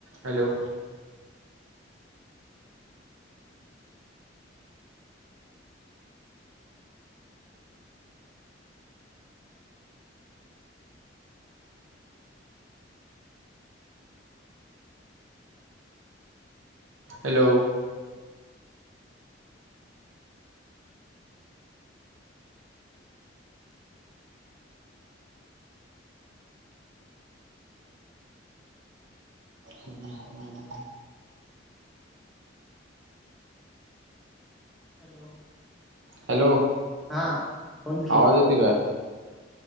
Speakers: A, on the right; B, in the centre.
A: हॅलो. <inaudible> हॅलो. हम्म हम्म.
B: हॅलो.
A: हॅलो
B: हा बोल
A: आवाज
B: की.
A: येते काय